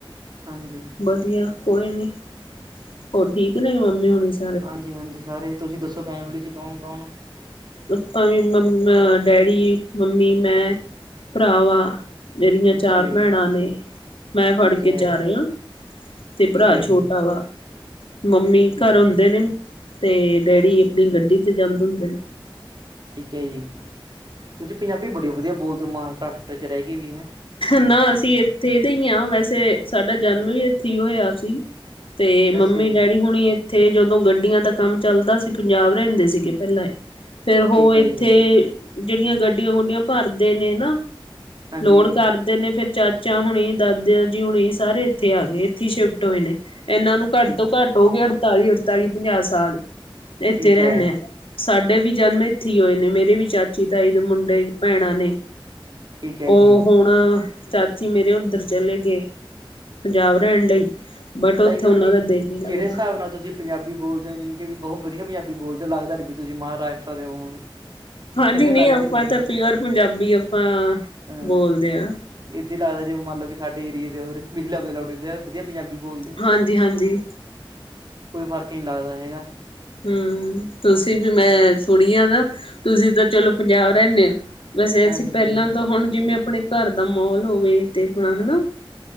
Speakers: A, on the right; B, on the left.
A: ਹਾਂਜੀ।
B: ਬਧੀਆ ਕੋਈ ਨੀਂ, ਹੋਰ ਠੀਕ ਨੇ ਮੰਮੀ ਹੋਣੀ ਸ
A: ਹਾਂਜੀ-ਹਾਂਜੀ, ਸਾਰੇ ਤੁਸੀਂ ਦੱਸੋ ਫੈਮਲੀ ਚ ਕੌਣ-ਕੌਣ ੳ।
B: ਅੱਪਾ ਵੀਂ ਮੰਮ ਡੈਡੀ, ਮੰਮੀ, ਮੈਂ, ਭਰਾ ਵਾਂ। ਮੇਰੀਆਂ ਚਾਰ
A: ਅੱਛਾ ਜੀ
B: ਪੈਣਾਂ ਨੇ ਮੈਂ ਫੜ
A: ਠੀਕ
B: ਕੇ
A: ਹੈ
B: ਚਾਰ ਯਾਂ। ਤੇ
A: ਠੀਕ
B: ਪਰਾ
A: ਹੈ
B: ਛੋਟਾ
A: ਜੀ
B: ਵਾ, ਮੰਮੀ
A: ਠੀਕ
B: ਕਰ ਹੁੰਦੇ ਨੇਂ। ਤੇ ਡੈਡੀ ਅਪਣੀ ਗੱਡੀ ਤੇ ਜਾਂਦੇ ਹੁੰਦੇ ਨੇਂ।
A: ਠੀਕ ਐ ਜੀ, ਤੁਸੀਂ ਪੰਜਾਬੀ ਬੜੀ ਵਧੀਆ ਬੋਲਦੇ ੳ ਮਹਾਰਾਸਤਰਾਂ ਚ ਰਹਿ ਕੇ ਵੀ ਹੈਂ।
B: ਨਾਂ ਅਸੀਂ ਇੱਥੇ ਦੇ ਈ ਆਂ ਵੈਸੇ ਸਾਡਾ ਜਨਮ ਵੀ ਇੱਥੇ ਹੀ ਹੋਇਆ ਸੀ। ਤੇ
A: ਅੱਛਾ
B: ਮੰਮੀ ਡੈਡੀ ਹੁਣੀ ਇੱਥੇ, ਜਦੋਂ ਗੱਡੀਆਂ ਦਾ ਕੰਮ ਚੱਲਦਾ ਸੀ, ਪੰਜਾਬ ਰਹਿੰਦੇ ਸੀਗੇ ਪਹਿਲਾਂ ਈ। ਫੇਰ ਉਹ
A: ਠੀਕ
B: ਇੱਥੇ,
A: ਹੈ ਜੀ
B: ਜਿਹੜੀਆਂ ਗੱਡੀਆਂ-ਗੁਡੀਆਂ ਭਰਦੇ ਨੇਂ ਨਾਂ,
A: ਹਾਂਜੀ
B: ਲੋੜ ਕਰਦੇ ਨੇ, ਫਿਰ ਚਾਚਾ ਹੋਣੀ, ਦਾਦਿਆ ਜੀ ਹੋਣੀ, ਸਾਰੇ ਇੱਥੇ ਆ ਗਏ, ਇੱਥੀ ਸ਼ਿਫਟ ਹੋਏ ਨੇਂ। ਇਹਨਾਂ ਨੂੰ
A: ਠੀਕ
B: ਘੱਟ ਤੋਂ ਘੱਟ ਹੋ ਗੇ ਅੜਤਾਲੀ, ਅੜਤਾਲੀ ਪੰਜਾਹ ਸਾਲ ਇੱਥੇ
A: ਠੀਕ
B: ਰਹਿਣੇ
A: ਹੈ
B: ਆ। ਸਾਡੇ ਵੀ ਜਨਮ ਇੱਥੇ ਹੀ ਹੋਏ ਨੇ, ਮੇਰੇ ਵੀ ਚਾਚੀ-ਤਾਈ ਦੇ ਮੁੰਡੇ ਭੈਣਾਂ ਨੇ।
A: ਠੀਕ ਹੈ ਜੀ
B: ਔਹ- ਹੁਣ ਚਾਚੀ ਮੇਰੇ ਉੱਧਰ ਚਲੇ ਗਏ, ਪੰਜਾਬ ਰਹਿਣ ਲਈ। ਬਟ ਉੱਥੇ
A: ਤਾਂਹੀ ਕਹਿੰਨਾ
B: ਉਹਨਾਂ
A: ਵੀ,
B: ਦਾ ਦਿਲ ਨਹੀਂ ਲੱਗਦਾ
A: ਜਿਹੜੇ ਹਿਸਾਬ ਨਾਲ ਤੁਸੀਂ ਪੰਜਾਬੀ ਬੋਲਦੇ ਹੋ, ਜਾਣੀ ਕਿ ਵੀ ਬਹੁਤ ਵਧੀਆ ਪੰਜਾਬੀ ਬੋਲਦੇ ਹੋ ਲੱਗਦਾ- ਨੀ ਤੁਸੀਂ ਮਹਾਰਾਸ਼ਟਰ ਦੇਹੋ।
B: ਹਾਂਜੀ
A: ਲੱਗਦਾ
B: ਆਪਾਂ
A: ਹੀ ਨਹੀਂ ਹੈਗਾ,
B: ਤਾਂ ਪਿਓਰ ਪੰਜਾਬੀ ਆਪਾਂ
A: ਹਮ।
B: ਬੋਲਦੇ ਹਾਂ
A: ਏਦਾਂ ਲੱਗਦਾ ਜੇ ਮੰਨ ਲਬ ਵੀ ਸਾਡੇ ਏਰੀਏ ਦੇ ਹੋ, ਲੇ ਲਾਉਣੇ ਹੁੰਦੇ ਆ ਵਧੀਆ ਪੰਜਾਬੀ ਬੋਲਦੇ- ਹੋ
B: ਹਾਂਜੀ-ਹਾਂਜੀ।
A: ਕੋਈ ਫਰਕ ਈ ਨ ਲੱਗਦਾ ਹੈਗਾ।
B: ਹੰ, ਤੁਸੀਂ ਵੀ
A: ਹਾਂ
B: ਮੈਂ ਸੁਣੀ ਆ ਨਾ, ਤੁਸੀਂ ਤਾਂ ਚਲੋ ਪੰਜਾਬ ਰਹਿਣੇ ਹੋ। ਵੈਸੇ, ਅਸੀਂ
A: ਹਾਂਜੀ
B: ਪਹਿਲਾਂ
A: ਹਾਂ
B: ਤਾਂ ਹੁਣ ਜਿਵੇਂ ਆਪਣੇ ਘਰ ਦਾ ਮਾਹੌਲ ਹੋਵੇ ਤੇ ਆਪਣਾ ਹਨਾ।